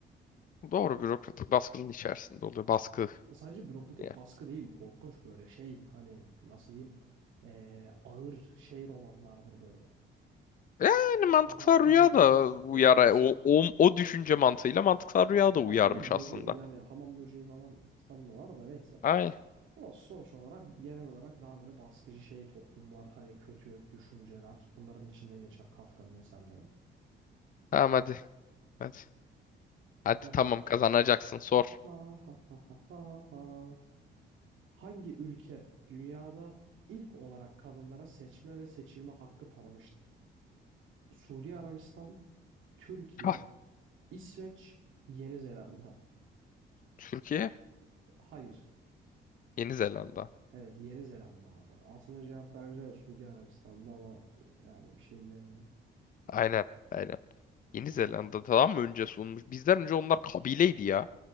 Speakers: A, on the left (about 45°); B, on the right (about 75°).
A: doğru bürokratik baskının içerisinde oluyor. Baskı.
B: Sadece bürokratik
A: Ya.
B: baskı değil korkunç böyle şey hani nasıl diyeyim e, ağır şey romanlardır böyle.
A: Yani mantıksal
B: Daha
A: rüya
B: mutsuz,
A: da uyar.
B: depresif.
A: O, o, o düşünce mantığıyla mantıksal rüya da uyarmış
B: Ya tabii böce
A: aslında.
B: yani hamam böceği falan filan da var da neyse.
A: Ay.
B: O sonuç olarak genel olarak daha böyle baskıcı şey toplumlar, hani kötü düşünceler bunların içinde geçer Kafka'nın eserleri.
A: Tamam hadi. Hadi. Hadi
B: O zaman
A: tamam kazanacaksın sor.
B: ha ha ha ha ha ha. ha. Hangi ülke dünyada ilk olarak kadınlara seçme ve seçilme hakkı tanımıştır? Suudi Arabistan, Türkiye,
A: Ah,
B: İsveç, Yeni Zelanda.
A: Türkiye,
B: Hayır.
A: Yeni Zelanda.
B: Evet Yeni Zelanda abi. Aslında cevap bence Suudi Arabistan'da ama yani bir şey diyemiyorum.
A: Aynen. Aynen. Yeni
B: Hani
A: Zelanda'dan mı önce sunmuş? Bizden önce onlar kabileydi ya.